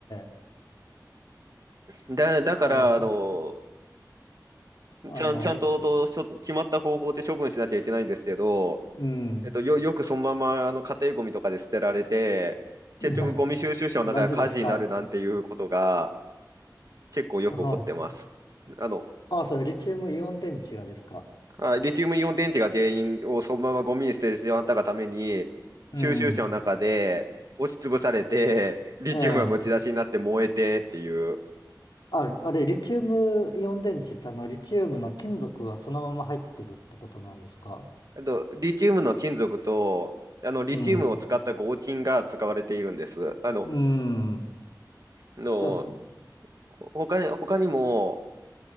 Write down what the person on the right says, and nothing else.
だ、だから、
あの、
ちゃん、ちゃんと、と、しょ決まった方法で処分しなきゃいけないんですけど、
えっと、よ、よくそのままあの家庭ゴミとかで捨てられて、結局ゴミ収集車の中が火事になるなんていうことが
結構よく起こってます。
あの、
はいリチウムイオン電池が全員をそのままゴミに捨ててしまったがために、
収集車の中で押しつぶされて、リチウムがむき出しになって燃えてっていう。
あと、リチウムの金属と、あの、リチウムを使った合金が使われているんです。
あの、
あの、
ほ他に、他にも、